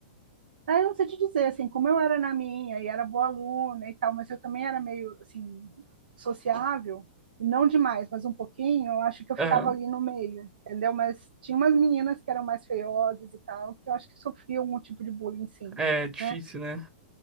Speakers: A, on the right; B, on the right.
A: Ah, eu não sei te dizer, assim, como eu era na minha, e era boa aluna e tal, mas eu também era meio, assim, sociável, não demais, mas um pouquinho, eu acho que eu
B: aham.
A: ficava ali no meio, entendeu? Mas tinha umas meninas que eram mais feiosas e tal, que eu acho que sofriam algum tipo de bullying, sim.
B: É difícil,
A: né?
B: né?